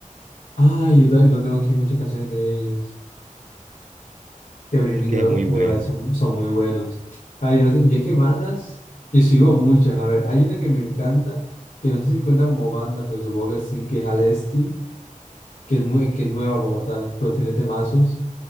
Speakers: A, on the left; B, on the right.
A: Ay, yo también lo tengo aquí muchas canciones de ellos. Que Bring Me
B: que
A: the
B: es muy bueno,
A: the Horizon son muy buenos. Ay, yo, yo es que bandas, yo sigo muchas. A ver, hay una que me encanta, que no sé si cuenta como banda, pero supongo que sí, que es Alesti, que es, nue- que es nueva como tal, pero tiene temazos.